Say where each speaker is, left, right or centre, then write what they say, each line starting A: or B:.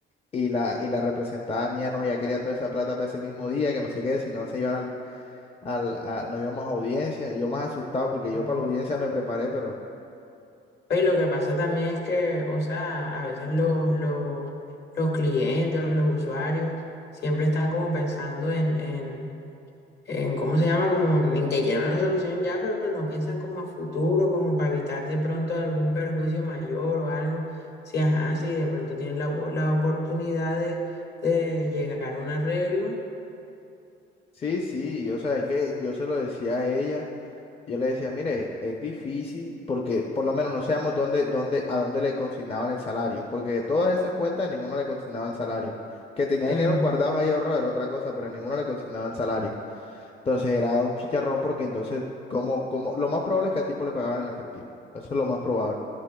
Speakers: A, on the left; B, on the left.
A: Y la, y la representada mía no, ya quería toda esa plata para ese mismo día, que no sé qué, si no se iban al, al- a- nos íbamos a audiencia. Y yo más asustado porque yo
B: No.
A: para la audiencia me preparé, pero
B: Y lo que pasa también es que, o sea, a veces los, los, los clientes o los usuarios siempre están como pensando en, en, en, ¿cómo se llama? Como en que quieren una solución ya, pero no piensan como a futuro, como para evitar de pronto algún perjuicio mayor o algo. Si, ajá, si de pronto tienen la, po- la oportunidad de, de llegar a un arreglo.
A: sí, sí, yo sabes que yo se lo decía a ella. Yo le decía, mire, es difícil porque por lo menos no sabemos dónde, dónde, a dónde le consignaban el salario, porque de todas esas cuentas ninguna le consignaban salario. Que tenía
B: ujú.
A: dinero guardado ahí ahorrado era otra cosa, pero ninguna le consignaban salario. Entonces era un chicharrón porque entonces, como, como, lo más probable es que al tipo le pagaban en efectivo. Eso es lo más probable.